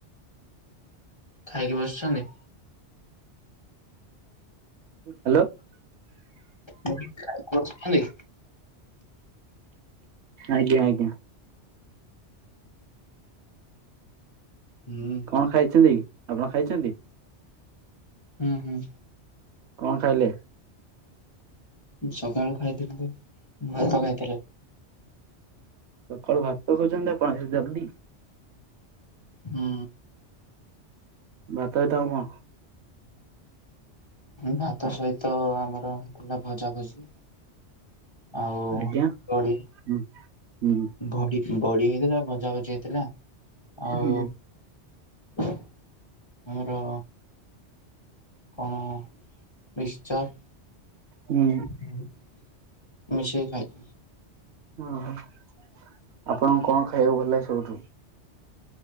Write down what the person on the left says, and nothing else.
ଖାଇକି ବସଛନ୍ତି।
ମୁସୁଛନ୍ତି।
ହୁଁ।
ହୁଁ ହୁଁ।
ସକାଳୁ ଖାଇଥିଲି ତ ଭାତ ଖାଇଥିଲେ।
ହୁଁ।
ଭାତ ସହିତ ଆମର ହେଲା ଭଜାଭଜି। ଆଉ
ରଡ଼ି।
ଭଡି ବଡି ହେଇଥିଲା ଭଜା ଭଜି ହେଇଥିଲା ଆଉ
ଆମର କଣ ମିକ୍ସଚର୍।
ହ ମି ସେ ଖାଇ